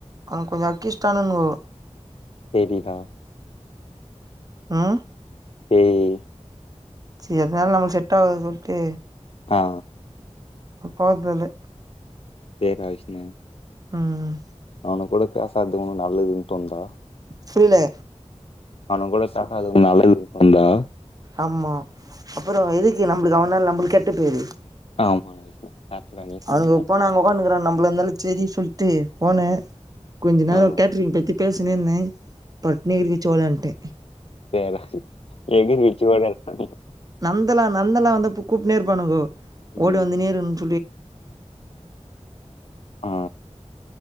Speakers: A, on the right; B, on the left.
A: அங் கொஞ்ச அக்கிஸ்ட்டானுன்கோ
B: செரிதா
A: ம்
B: ஏய்
A: சே அதனால நமக் செட்டாவாது சொல்ட்டு
B: ஆ
A: பாத்தாலே
B: சேர்றா விஷ்ணு
A: ம் ம்
B: அவுனுங் கூட பேசாதது உனுக் நல்லதுன் தோண்தா
A: புரில
B: அவுனுங் கூட பேசாதது உனுக் நல்லதுன் தோண்தா
A: ஆம்மா அப்புறோ எதுக்கு நம்ளுக்கு அவனால் நம்ளுக்கு கெட்டப் பேரு
B: ஆமா விஷ்ணு கரெக்ட்டுடா நீ சொன்னது
A: அவுனுங்க
B: கரெக்ட்டுதா
A: போனாங்க உக்கானுக்கிறானுங்க நம்ளா இந்தாலு செரி சொல்ட்டு போனே கொஞ்ச நேரோ
B: ஆ
A: கேட்டரிங் பத்திப் பேசினேந்தே பட்னு எகிறி குச்சி வொளான்ட்டே
B: சேர்றா எகிறி குச்சி ஓடியான்டான்
A: நந்தலா நந்தலா வந்தா பூ கூப்டுனே இருப்பானுங்கோ ஓடு
B: ம்
A: வந்துனேருக்குணுன்
B: ஆ